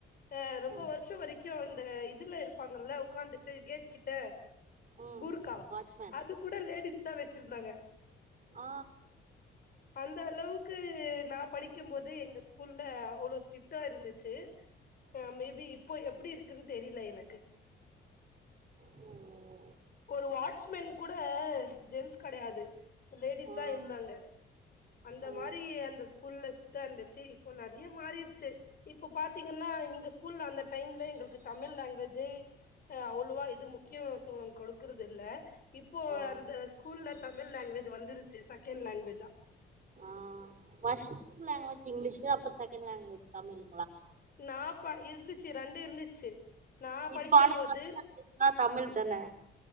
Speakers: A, on the left (about 50°); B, on the right (about 40°).
A: ஆ ரொம்ப
B: ம்
A: வருஷ வரைக் கு இந்த இதுல இருப்பாங்கல்ல உட்கார்ந்துட்டு கேட் கிட்ட
B: ம்
A: கூர்கா
B: வாட்ச்மேன்
A: அது கூட லேடீஸ் வச்சிருந்தாங்க
B: ஆ
A: அந்த அளவுக்கு நா படிக்கும்போது எங்கள் ஸ்கூல அவ்வளோ ஸ்ட்ரிக்டா இருந்துச்சு ஆ மேபி இப்போ எப்படி இருக் க்குன்னு தெரியல எனக்கு
B: உம்
A: ஒரு வாட்ச்மேன் கூட ஜென்ஸ் கிடையாது லேடிஸ்
B: ஆ
A: தா இருந்தாங்க அந்த
B: ஓ
A: மாரி அந்த ஸ்கூல்ல ஸ்ட்ரீட இருந்துச்சு இப்போ நெறைய மாறிடுச்சு இப்போ பாத்தீங்கன்னா இங்க ஸ்கூல்ல அந்த டைம்ல எங்களுக்கு தமிழ் லாங்குவேஜே அ அவ்வளவா இது முக்கியத்துவம் கொடுக்கறது இல்ல இப்போ
B: ஆ
A: அந்த ஸ்கூல்ல தமிழ் லாங்குவேஜ் வந்துருச்சு செகண்ட் லாங்குவேஜா
B: ஆ ஃபர்ஸ்ட் லாங்குவேஜ் இங்கிலீஷ் அப்புறோ செகண்ட் லாங்குவேஜ் தமிழ்
A: நாப்பா இருந்துச் சு ரெண்டு இருந்துச்சு நா படிக்கும்
B: இப்ப ஆனா
A: போது
B: ஃபர்ஸ்ட் லாங்குவேஜ் தா தமிழ்தான